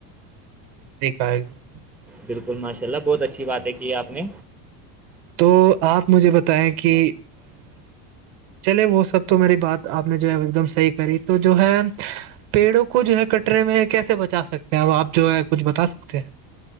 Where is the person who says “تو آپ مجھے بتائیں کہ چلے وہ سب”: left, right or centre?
Right